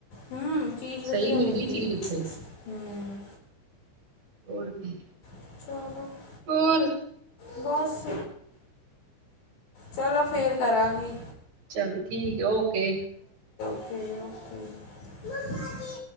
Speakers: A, on the left (about 55°); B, on the right (about 55°).
A: ਹੂੰ ਚੀਜ਼ ਵਧੀਆ
B: ਸਹੀ
A: ਮਿਲਦੀ
B: ਚੀਜ਼
A: ਏ,
B: ਉੱਥੇ
A: ਹੂੰ।
B: ਓਰ ਕੀ
A: <inaudible>
B: ਓਰ
A: ਬਸ, ਚਲੋ ਫੇਰ ਕਰਾਂਗੀ।
B: ਚਲੋ ਠੀਕ ਏ, ਓਕੇ।
A: <inaudible>